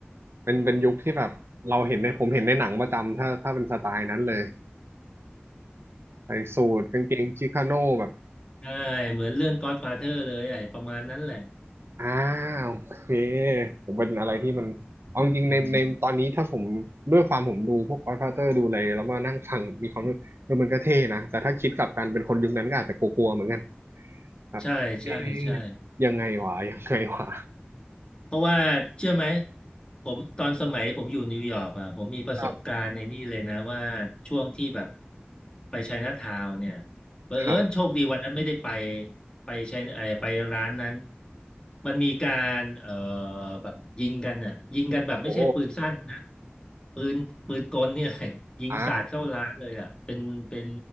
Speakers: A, on the right (about 80°); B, on the left (about 25°).
A: เป็นเป็นยุคที่แบบเราเห็นในผมเห็นในหนังประจำถ้าถ้าเป็นสไตล์นั้นเลยใส่สูทกางเกงชิคาโน่แบบ
B: ใช่เหมือนเรื่อง Godfather เลยไอ้ประมาณนั้นแหละ
A: อ่าโอเคผมเป็นอะไรที่มันเอาจริงๆในในตอนนี้ถ้าผมด้วยความผมดูพวก
B: อืม
A: Godfather ดูอะไรแล้วมานั่งฟังมีความรู้เออมันก็เท่นะแต่ถ้าคิดกลับกันเป็นคนยุคนั้นก็อาจจะกลัวๆเหมือนกันครับเอ๊ะ
B: ใช่ใช่ใช่
A: ยังไงวะยังไงวะ
B: เพราะว่าเชื่อไหมผมตอนสมัยผมอยู่นิวยอร์กอ่ะผมมีประสบการณ์ในนี่เลยนะว่าช่วงที่แบบ
A: ครับ
B: ไปไชน่าทาวน์เนี่ยเผอิญโชคดีวันนั้นไม่ได้ไป
A: ครับ
B: ไปไชไอ้ไปร้านนั้นมันมีการเอ่อแบบยิงกันอ่ะยิงกันแบบไม่ใช่ปืนสั้นนะ
A: โอ้
B: ปืนปืนกลเนี่ยแหละยิงสาดเข้าร้านเลยอ่ะเป็นเป็น
A: อ่า